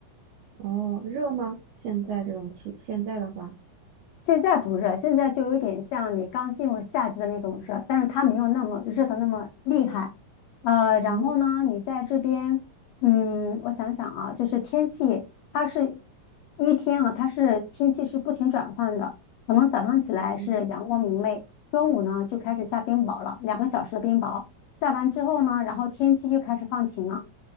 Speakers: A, on the right; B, on the left.
A: 哦，热吗？现在这种气，现在的话，
B: 现在不热，现在就有点像你刚进入夏季的那种热，但是它没有那么热的那么厉害。呃，然后呢，
A: 哦，
B: 你在这边，嗯，我想想啊，就是天气，它是一天啊，它是天气是不停转换的，可能早上起来是阳光明媚，
A: 嗯
B: 中午呢就开始下冰雹了，两个小时的冰雹，下完之后呢，然后天气又开始放晴了，